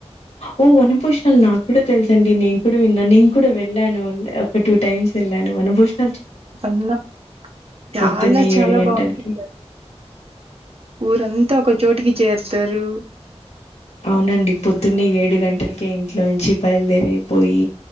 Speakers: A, on the left (about 75°); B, on the right (about 60°).
A: ఓ వనభోష్ణాలు నాకు కూడా తెలుసండి నేను కూడా విన్నాను నేను కూడా వెళ్ళాను ఒక టూ టైమ్స్ వెళ్ళాను వనభోష్
B: న్నా చాలా
A: పొద్దున్నే
B: చాలా
A: గంటలకి
B: బాగు ఊరంతా ఒక చోటికి చేరు ఇతరు
A: అవునండి పొద్దున్నే ఏడు గంటలకి అక్కే ఇంట్లోంచి బయలుదేరిపోయి